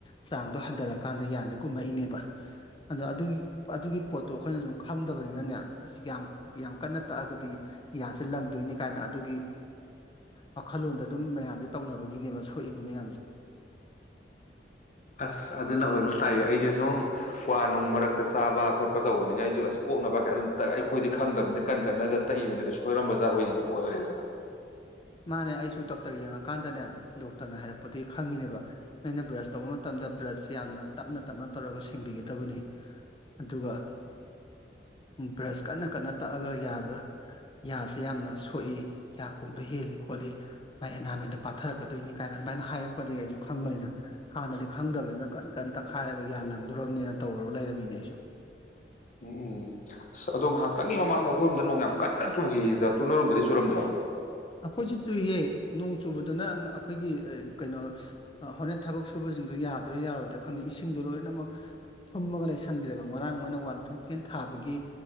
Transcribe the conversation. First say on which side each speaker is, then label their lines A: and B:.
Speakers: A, on the left; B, on the left.
A: ꯆꯥꯡꯗꯣ ꯍꯟꯊꯔꯛꯀꯥꯟꯗ ꯌꯥꯁꯦ ꯀꯨꯝꯃꯛꯏꯅꯦꯕ ꯑꯗꯣ ꯑꯗꯨꯒꯤ ꯑꯗꯨꯒꯤ ꯄꯣꯠꯇꯣ ꯑꯩꯈꯣꯏꯅ ꯁꯨꯝ ꯈꯪꯗꯕꯅꯤꯅꯅꯦ ꯑꯁꯤ ꯌꯥꯝ ꯌꯥꯝ ꯀꯟꯅ ꯇꯛꯑꯒꯗꯤ ꯌꯥꯁꯦ ꯂꯪꯗꯣꯏꯅꯤ ꯀꯥꯏꯅ ꯑꯗꯨꯒꯤ ꯋꯥꯈꯜꯂꯣꯟꯗ ꯑꯗꯨꯝ ꯃꯌꯥꯝꯁꯦ ꯇꯧꯅꯕꯒꯤꯅꯦꯕ ꯁꯣꯛꯏꯕ ꯃꯌꯥꯝꯁꯦ
B: ꯑꯁ ꯑꯗꯨꯅ ꯑꯣꯏꯕ ꯇꯥꯏꯌꯦ ꯑꯩꯁꯦ ꯁꯨꯝ ꯀ꯭ꯋꯥ ꯅꯨꯡ ꯃꯔꯛꯇ ꯆꯥꯕ ꯈꯣꯠꯄ ꯇꯧꯕꯅꯤꯅ ꯑꯩꯁꯨ ꯑꯁ ꯀꯣꯛꯅꯕ ꯑꯗꯨꯝ ꯇꯥꯌ ꯑꯩꯈꯣꯏꯗꯤ ꯈꯪꯗꯕꯅꯤ ꯀꯟ ꯀꯟꯅꯒ ꯇꯛꯏꯕꯅꯦ ꯑꯗꯨ ꯁꯣꯏꯔꯝ ꯕꯖꯥꯔ ꯑꯣꯏ ꯑꯣꯏꯔꯦꯗꯅ
A: ꯃꯥꯅꯦ ꯑꯩꯁꯨ ꯗꯣꯛꯇꯔ ꯌꯦꯡꯉꯀꯥꯟꯗꯅꯦ ꯗꯣꯛꯇꯔꯅ ꯍꯥꯏꯔꯛꯄꯗꯒꯤ ꯈꯪꯉꯤꯅꯦꯕ ꯑꯩꯅꯥ ꯕ꯭ꯔꯁ ꯇꯧꯕ ꯃꯇꯝꯗ ꯕ꯭ꯔꯁꯁꯦ ꯌꯥꯝꯅ ꯇꯞꯅ ꯇꯞꯅ ꯇꯧꯔꯒ ꯁꯦꯡꯕꯤꯒꯗꯕꯅꯤ ꯑꯗꯨꯒ ꯕ꯭ꯔꯁ ꯀꯟꯅ ꯀꯟꯅ ꯇꯛꯑꯒ ꯌꯥꯗ ꯌꯥꯁꯦ ꯌꯥꯝꯅ ꯁꯣꯛꯏ ꯌꯥ ꯀꯨꯝꯕ ꯍꯦꯜꯂꯤ ꯈꯣꯠꯂꯤ ꯃꯥꯏ ꯑꯦꯅꯥꯏꯟꯃꯦꯟꯗꯣ ꯄꯥꯊꯔꯛꯀꯗꯣꯏꯅꯤ ꯀꯥꯏꯅ ꯑꯗꯨꯃꯥꯏꯅ ꯍꯥꯏꯔꯛꯄꯗꯒꯤ ꯑꯩꯁꯨ ꯈꯪꯕꯅꯤꯅ ꯍꯥꯟꯅꯗꯤ ꯈꯪꯗꯕꯅꯤꯅ ꯀꯟ ꯀꯟꯅ ꯇꯛꯈꯥꯏꯔꯒ ꯌꯥꯜꯂꯪꯗꯣꯔꯔꯕꯅꯤꯅ ꯇꯧꯔꯨꯔ ꯂꯩꯔꯝꯃꯤꯅꯦ ꯑꯩꯁꯨ
B: ꯎꯝ ꯑꯁ ꯑꯗꯣ ꯉꯥꯏꯍꯥꯛꯇꯪꯒꯤ ꯃꯃꯥꯡꯗ ꯑꯩꯈꯣꯏꯔꯣꯝꯗ ꯅꯣꯡ ꯌꯥꯝ ꯀꯟꯅ ꯆꯨꯒꯤꯌ ꯗꯥꯇꯣꯟ ꯇꯨꯂꯔꯣꯝꯗꯗꯤ ꯆꯨꯔꯝꯗ꯭ꯔꯣ
A: ꯑꯩꯈꯣꯏꯁꯦ ꯆꯨꯏꯌꯦ ꯅꯣꯡ ꯆꯨꯕꯗꯨꯅ ꯑꯩꯈꯣꯏꯒꯤ ꯀꯩꯅꯣ ꯍꯣꯔꯦꯟ ꯊꯕꯛ ꯁꯨꯕꯁꯤꯡꯗꯣ ꯌꯥꯗ꯭ꯔꯥ ꯌꯥꯔꯣꯏꯗ꯭ꯔꯥ ꯈꯪꯗꯦ ꯏꯁꯤꯡꯗꯣ ꯂꯣꯏꯅꯃꯛ ꯊꯨꯝꯃꯒ ꯂꯩꯁꯟꯈ꯭ꯔꯦꯕ ꯉꯔꯥꯡ ꯃꯣꯏꯅ ꯋꯥꯟ ꯐꯥꯏꯚ ꯇꯦꯟ ꯊꯥꯕꯒꯤ